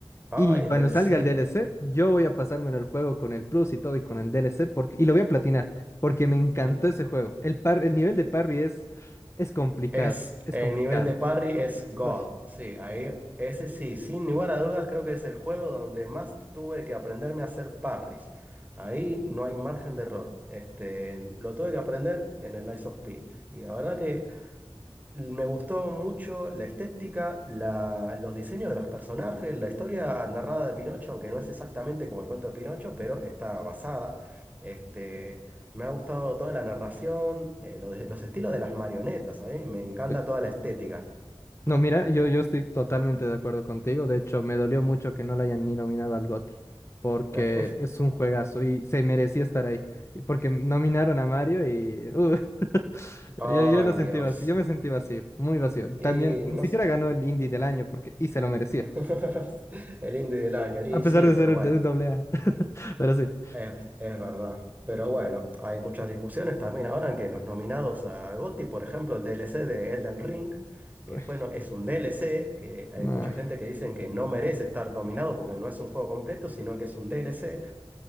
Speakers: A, on the right; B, on the left.
A: Ay,
B: Y
A: el
B: cuando
A: DLC.
B: salga el DLC, yo voy a pasármelo el juego con el plus y todo y con el DLC porque, y lo voy a platinar, porque me encantó
A: <laughs>
B: ese juego. El par, el nivel de parry es, es complicado,
A: Es
B: es
A: el
B: complicado.
A: nivel de parry es God.
B: Uy,
A: Sí, ahí ese sí, sin lugar a dudas creo que es el juego donde más tuve que aprenderme a hacer parries. Ahí no hay margen de error. Este, lo tuve que aprender en el Lies of P. Y la verdad que me gustó mucho la estética, la- los diseños de los personajes, la historia narrada de Pinocho, aunque no es exactamente como el cuento de Pinocho, pero está basada. Este, me ha gustado toda la narración, eh, lo de- los estilos de las marionetas, a mí me encanta
B: sí.
A: toda la estética.
B: No, mira, yo, yo estoy totalmente de acuerdo contigo. De hecho, me dolió mucho que no le hayan ni nominado al GOTY, porque
A: <laughs>
B: es un juegazo y se merecía estar ahí. Y Porque nominaron a Mario y uh, <laughs>
A: Ay,
B: yo, yo lo sentí
A: Dios.
B: vacío, yo me sentí vacío, muy vacío.
A: Y
B: También ni
A: no
B: siquiera
A: sé.
B: ganó el Indie del año porque y se lo merecía,
A: <laughs> El indie del año. Y
B: a pesar
A: sí,
B: de
A: pero
B: ser un,
A: bueno.
B: de un doble A. <laughs> Pero sí.
A: Es, es verdad. Pero bueno, hay muchas discusiones también ahora en que los nominados a GOTY, por ejemplo, el DLC de Elden Ring, que
B: Uy,
A: fue, no, es un DLC, que hay
B: no.
A: mucha gente que dicen que no merece estar nominado porque no es un juego completo, sino que es un DLC.